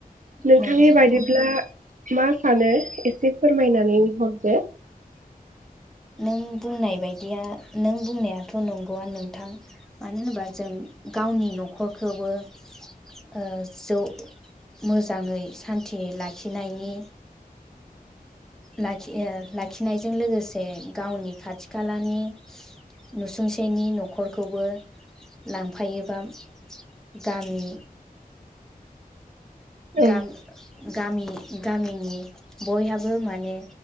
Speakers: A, on the right (about 55°); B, in the centre.
A: नोंथांनि
B: नंगौ नोंथां
A: बायदिब्ला मा सानो एसे फोरमायनानै हरदो।
B: नों बुंनाय बायदिया नों बुंनायाथ' नंगौयानो नोंथां मानो होनोबा जों गावनि न'खरखौबो ओ जौ मोजाङै सान्थि लाखिनायनि लाखि ओ लाखिनायजों लोगोसे गावनि खाथि खालानि नुसुंसेनि न'खरखौबो लांफायोबा गामि
A: औ
B: गाम गामि गामिनि बयहाबो मा ने